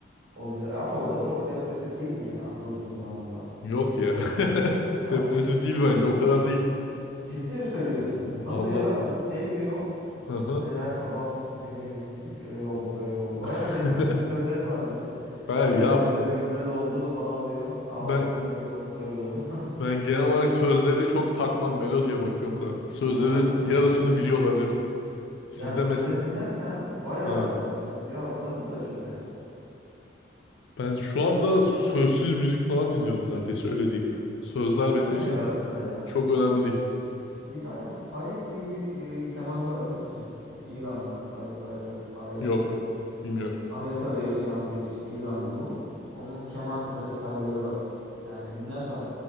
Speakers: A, on the right; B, on the left.
A: O güzel. Ama o da çok depresif değil mi ya Dursun Zaman'da?
B: Yok ya. <laughs>
A: Ha?
B: Depresif değil bence. O kadar değil.
A: Ciddi mi söylüyorsun?
B: Valla.
A: Nasıl ya? Şey diyor.
B: Hı hı.
A: İşte her sabah ne bileyim şöyle oldu böyle oldu. Bayağı
B: <laughs>
A: bir depresif bir sözleri vardı ya.
B: Ben
A: Gülen
B: ya
A: gözler gülmez oldu falan diyor. Ağladı
B: ben
A: şöyle oldu böyle oldu. <laughs>
B: ben genel olarak
A: Bayağı.
B: sözleri de çok takmam. Melodiye bakıyorum da. Sözlerin
A: He, anladım.
B: yarısını biliyor olabilirim. Sizde
A: Yani sözleri
B: mes...
A: dinlersen bayağı
B: Ha.
A: depresif ya hatırladım da şimdi.
B: Ben şu anda
A: Ah,
B: sözsüz müzik falan dinliyorum neredeyse öyle diyeyim. Sözler benim
A: En
B: için
A: güzel aslında ya.
B: çok önemli değil.
A: Bir tane Farid diye bir e, kemancı var biliyor musun? E, İranlı. Farid Farjad, Faryat
B: Yok.
A: mı?
B: Bilmiyorum.
A: Amerika'da yaşayan bir işte İranlı bu. Onun keman resitalleri var. Yani dinlersen